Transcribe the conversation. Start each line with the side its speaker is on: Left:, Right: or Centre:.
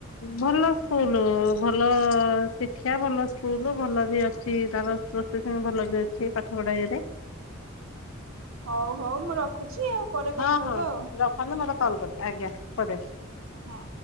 Left: ଭଲ ସ୍କୁଲ ଭଲ ଶିକ୍ଷା ଭଲ ସ୍କୁଲ ଭଲ ବି ଅଛି ତାର ସେଥିପାଇଁ ଭଲ ବି ଅଛି ପାଠ ପଢ଼ା ଇଏରେ।
Right: ହଉ ହଉ ମୁଁ ରଖୁଛି ଆଉ ପରେ
Left: ହଁ
Right: କଥା ହବା
Left: ହଁ
Right: ଆଉ
Left: <inaudible>
Right: ହଁ।